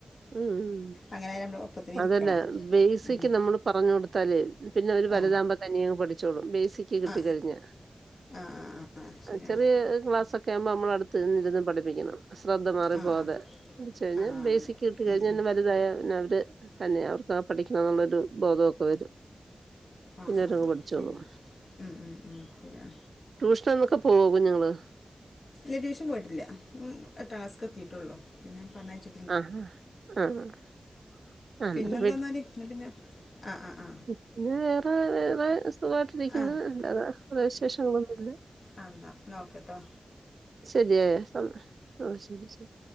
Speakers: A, on the right (about 75°); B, on the left (about 80°).
A: ഉം
B: അങ്ങനെ നമ്മൾ ഒപ്പത്തിന്
A: അതല്ല
B: ഇരിക്കണം
A: ബേസിക്ക്
B: ഉം.
A: നമ്മള് പറഞ്ഞു കൊടുത്താല്േ പിന്നെ ഒരു വലതമ്പ
B: ആ
A: പഠിച്ചോളും ബേസിക് കിട്ട
B: ആ
A: കഴിഞ്ഞ
B: ആ ആ ആ, ആ ശരിയാണ്
A: ചെറിയ ക്ലാസ്സൊക്കെ ക്കെ ആവുമ്പോ നമ്മള അടുത്ത് ഇരുന്ന് പഠിപ്പിക്കണം ശ്രദ്ധ മാറിപ്പോകതെ
B: ആ ആ
A: എ വ കഴിഞ്ഞാൽ
B: ആ ആ
A: ബേസിക് കിട്ടിക്കഴിഞ്ഞെ
B: ഉം, ഉം.
A: വലുതായ പിന്നെ അവര് തന്നെ അവർക്ക് പഠിക്കണന്നുള്ളൊരു ബോധവൊക്കെ വരും
B: ആ
A: പിന്നെ
B: ആ
A: അവരങ്ങ്
B: ആ
A: പഠിച്ചോളും.
B: ശരിയാ മ്മ് മ്മ് മ്മ് ശരിയാ
A: ട്യൂഷൻന്നൊക്കെ പോകും ഞങ്ങള്
B: ഇല്ല ട്യൂഷൻ പോയിട്ടില്ല എട്ടാം ക്ലാസ്സിക്ക് എത്തിയിടട്ടെള്ളോ പിന്നെ പറഞ്ഞച്ചി
A: ആഹ ആഹ ആ അന്നേരം
B: പിന്നെന്താന്നാല് പിന്നെ ആ ആ ആ
A: ഇന്ന് വേറെ വേറെ സുഖമായിട്ടിരിക്കുന്നു
B: ആഹ്
A: അല്ലാതെ വിശേഷങ്ങളൊന്നുംല്ല
B: ആ എന്നാ ഒക്കെട്ടോ
A: ശരിയായ ആ ശരി ശരി